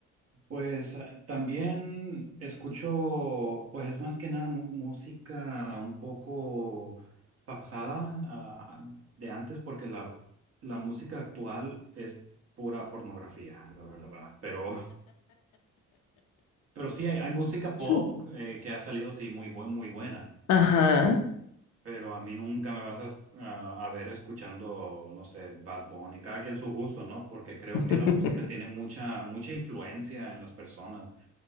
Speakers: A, on the right; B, on the left.
A: Pues eh, también escucho, pues es más que nada mu- música un poco pasada, ah, ah, de antes, porque la, la música actual es pura pornografía, la verdad, pero... Pero sí, hay, hay música pop
B: Sí.
A: eh, que ha salido, sí, muy, bu- muy buena.
B: Ajá.
A: Pero a mí nunca me vas a, es- a- a ver escuchando, no sé, Bad Bunny, cada quien su gusto, ¿no? Porque creo
B: <laughs>
A: que la música tiene mucha, mucha influencia en las personas.